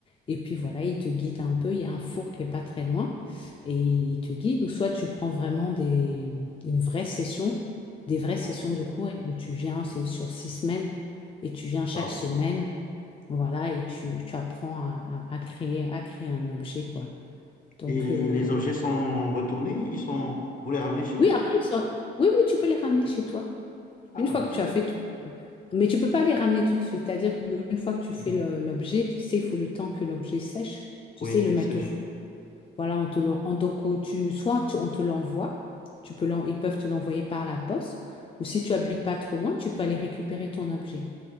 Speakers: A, on the left (about 25°); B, on the left (about 45°).
A: Et puis, voilà, il te guide un peu. Il y a un four qui est pas très loin et il te guide. Ou soit tu prends vraiment des, une vraie session, des vraies sessions
B: Ouais.
A: de cours. Et donc, tu viens, c'est sur six semaines et tu viens chaque
B: Wow.
A: semaine. Voilà, et tu, tu apprends à, à- à créer, à créer un objet, quoi. Donc,
B: Et
A: euh,
B: les objets sont retournés, ils sont, vous les ramenez chez vous?
A: oui, après, ils sont- oui, oui, tu peux les ramener chez toi,
B: Ah,
A: une fois
B: mais
A: que
B: tiens,
A: tu as fait tout. Mais tu peux pas les ramener tout de suite. C'est-à-dire qu'une fois que tu fais
B: <laughs>
A: le- l'objet, tu sais, il faut le temps que l'objet sèche. Tu
B: oui,
A: sais, le
B: qu'ils
A: mettre
B: sèchent.
A: au four. Voilà, on te le, on- donc, euh, tu, soit tu- on te l'envoie, tu peux l'en- ils peuvent te l'envoyer par la poste, ou si tu habites pas trop loin, tu peux aller récupérer ton objet.